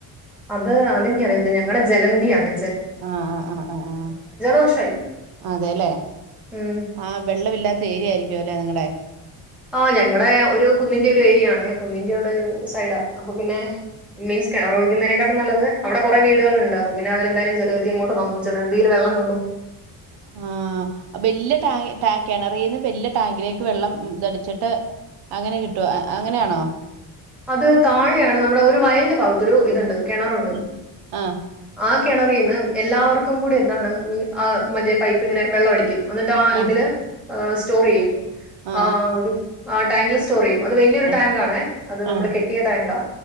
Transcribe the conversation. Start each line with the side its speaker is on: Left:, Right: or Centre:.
Centre: അത് അതെനിക്കറിയത്തില്ല ഞങ്ങളടെ ജലനിധിയാണേ
Right: ആഹ അ ആ് ആ
Centre: വർഷമായി.
Right: ആ അതെല്ലേ
Centre: ഉം.
Right: ആ വെള്ളമില്ലാത്ത ഏരിയ ആയിരിക്കുവല്ലെ നിങ്ങളടെ
Centre: ആ ഞങ്ങടെ ഒരു കുന്നിന്റെ ഒരു ഏരിയ ആണ കുന്നിൻന്റെ അവിടെ ഒരു സൈഡാ അപ്പൊ പിന്നെ മീൻസ് കിണർ ഒഴിക്കുന്നതിനെക്കാട്ടും നല്ലത് അവിടെ കുറെ വീടുകളുണ്ട് അപ്പൊ പിന്നെ അവരെന്തായാലും ജലവിധി അങ്ങോട്ട് തന്നു ജലവിധയിൽ വെള്ളം തോന്നു
Right: ആ വല്യ ടാങ് ടാ കെണറിന്ന് വലിയ ടാങ്കിലേക്ക് വെള്ളം ടിച്ചിട്ട് അങ്ങനെ കിട്ടോ അങ്ങനെയാണോ
Centre: അത് താഴെയാണ് നമ്മടെ ഒരു വയലിന്റെ ഭാഗത്ത ഒരു ഇതുണ്ട് കിണറുണ്ട്
Right: ഉം. ആ
Centre: ആ കിണറന്ന് എല്ലാവർക്കും കൂടി എന്താണ് മി മ മറ്റേ പൈപ്പ് ഇങ്ങനെ വെള്ളം അടിക്കും എന്നിട്ടാ
Right: ആ
Centre: ഇതില് ഏ സ്റ്റോർ ചെയ്യും
Right: ആ ആ
Centre: ആഹ് ആടാങ്കിൽസ്റ്റോർ ചെയും അത് വലിയൊരു
Right: ആ
Centre: ടാങ്ക് ആണേ
Right: ആ
Centre: ഇത് നമ്മള് കെട്ടിയ ടാങ്കാ